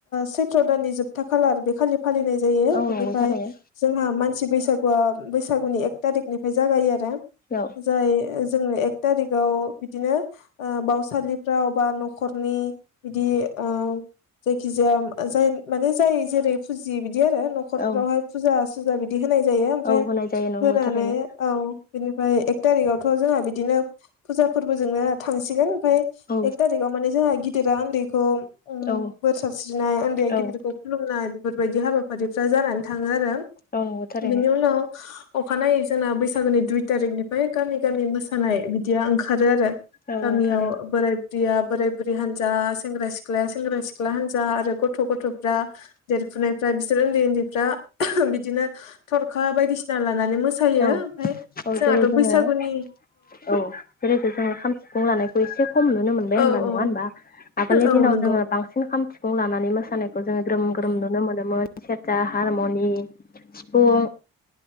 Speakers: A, on the left; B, on the left.
A: सैत्र दाननि जोबथा खालार बे खालि फालिनाय जायो
B: औ
A: बेनिफ्राय
B: नंगौ थारैनो
A: जोंहा मानसि बैसागुआ बैसागुनि एक थारिखनिफ्राय जागायो आरो
B: औ
A: जाय एक टारिकआव बिदिनो ओ बावसालि फ्रावबा नखरनि बिदि ओ जायखिजाया जाय माने जाय जेरै फुजि बिदि आरो नखरफोरावहाय
B: औ
A: फुजा सुजा बिदि बिदि होनाय जायो ओमफ्राय
B: औ होनाय जायो नंगौ
A: होनानै
B: थारैनो
A: औ बिनिफ्राय एक थारिकावथ जों बिदिनो फुजा फोरबोजोंनो थांसिगोन ओमफ्राय
B: औ
A: एक थारिकाव माने जोंहा गिदिरा उन्दैखौ
B: औ
A: बोर सास्रिनाय उन्दैया
B: औ
A: गिदिरखौ खुलुमनाय बेफोरबायदि हाबाफारिफ्रा जानानै थाङो आरो
B: औ नंगौ थारैनो
A: बेनि उनाव अखानायै जोंना बैसागोनि दुइ तारिखनिफ्राय गामि गामि थानायानाय बिदिया ओंखारो आरो
B: औ
A: गामियाव
B: औ थारैनो
A: बोराय या बोराय बुरै हानजा सेंग्रा सिख्लाया सेंग्रा सिख्ला हानजा आरो गथ गथ गथफ्रा देरखुनायफ्रा बिसोर उन्दै उन्दैफ्रा बिदिनो थरखा बायदिसिना लानानै मोसायो
B: औ
A: ओमफफ्राय
B: औ
A: जोंहाथ
B: जेरै जोङो
A: बैसागुनि
B: औ जेरैखि जोंङो खाम सिफुं लानायखौ एसे खम नुनो मोनबाय होनबा
A: औ
B: नङा
A: औ
B: होनबा आगोलनि
A: औ
B: दिनाव
A: नंगौ
B: जोंङो बांसिन खाम सिफुं लानानै मोसानायखौ जोंङो ग्रोम ग्रोम नुनो मोनोमोन सेरजा हारमनि
A: औ
B: सिफुं